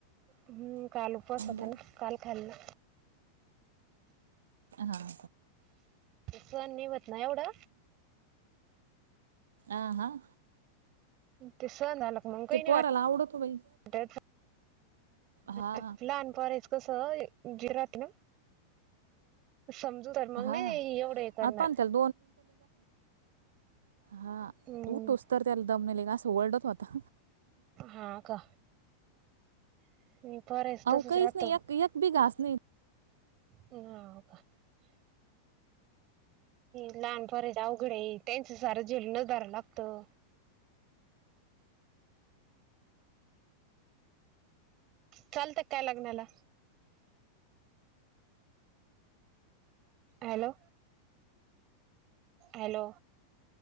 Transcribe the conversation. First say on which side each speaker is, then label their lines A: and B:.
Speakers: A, on the right; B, on the right.
A: हम्म काल उपवास होता
B: बरं
A: ना, काल खाल्ला.
B: हां.
A: सन नई व्हत ना एवढा.
B: आ हां.
A: ते सहण झाल का मगं काही नाई
B: पोराला आवडतो बाई
A: वाटत
B: हा
A: अ लहान पोरायच कसं जे राहत ना समजूतोर मगं
B: हा
A: नाही एवढं हे करणार.
B: आता पण त्याला हां
A: हम्म
B: उटोस्तर त्याल दम नाई लगे असं वरडत होत.
A: हा का? <inaudible>
B: अव
A: तसच
B: काहीस
A: राहत
B: नाई यक बी घास नाई
A: <unintelligible> लहान पोरायचं अवघड हय त्यांचं सारं झेलूनच धरावं लागतं.
B: <inaudible>
A: चालतं काय लग्नाला? Hello hello